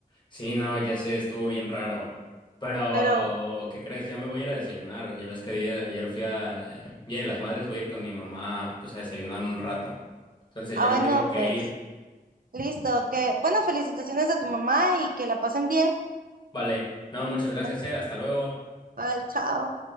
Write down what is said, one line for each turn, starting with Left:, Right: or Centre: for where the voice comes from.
Left: Sí, no, ya sé, estuvo bien raro. Pero,
Right: Pero,
Left: ¿qué crees? Ya me voy a ir a desayunar. Ya ves que día- ayer fui a eh, Día de las Madres, voy a ir con mi mamá, pues a desayunar un rato. Entonces
Right: ah,
Left: ya me
Right: bueno,
Left: tengo que
Right: pues,
Left: ir.
Right: listo, que, bueno, felicitaciones a tu mamá y que la pasen bien.
Left: Vale, no, muchas gracias,
Right: Bueno,
Left: eh, hasta luego.
Right: bye, chao.